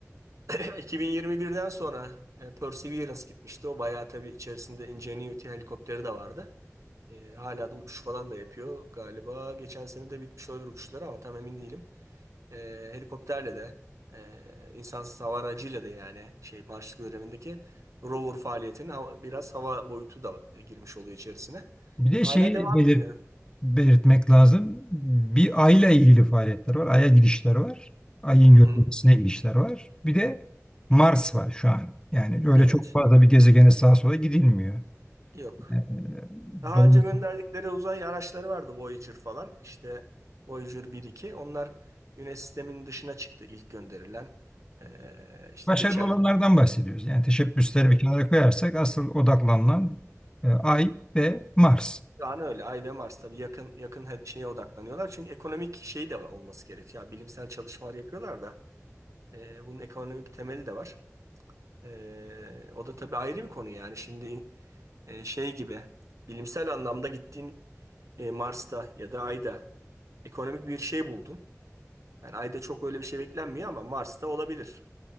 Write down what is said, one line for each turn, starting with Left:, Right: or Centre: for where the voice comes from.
Right: <clears throat> 2021'den sonra e, Perseverance gitmişti. O bayağı tabii içerisinde Ingenuity helikopteri de vardı. E, hala da uçuş falan da yapıyor. Galiba geçen sene de bitmiş olabilir uçuşları ama tam emin değilim e, helikopterle de e, insansız hava aracıyla da yani şey Marslık görevindeki rover faaliyetinin hava- biraz hava boyutu da girmiş oluyor içerisine.
Left: Bir de
Right: Hala
Left: şeyi
Right: devam
Left: belir-
Right: ediyor.
Left: belirtmek lazım. Bir Ay'la ilgili faaliyetler var. Ay'a gidişler var. Ay'ın
Right: Hı hı.
Left: görünmesine gidişler var. Bir de Mars var şu an. Yani öyle
Right: Evet.
Left: çok fazla bir gezegene sağa sola gidilmiyor.
Right: Yok.
Left: Ee,
Right: Daha
Left: Dolayısıyla
Right: önce gönderdikleri uzay araçları vardı Voyager falan. İşte Voyager bir iki. Onlar Güneş sisteminin dışına çıktı ilk gönderilen. E, işte
Left: başarılı
Right: geçerken.
Left: olanlardan bahsediyoruz. Yani teşebbüsleri
Right: Evet.
Left: bir kenara koyarsak asıl odaklanılan e, Ay ve Mars.
Right: Şu an öyle. Ay ve Mars tabii yakın yakın he- şeye odaklanıyorlar. Çünkü ekonomik şey de olması gerekiyor. Ya, bilimsel çalışmalar yapıyorlar da. E, bunun ekonomik temeli de var. E, o da tabii ayrı bir konu yani. Şimdi e, şey gibi bilimsel anlamda gittiğin e, Mars'ta ya da Ay'da ekonomik bir şey buldun. Yani Ay'da çok öyle bir şey beklenmiyor ama Mars'ta olabilir.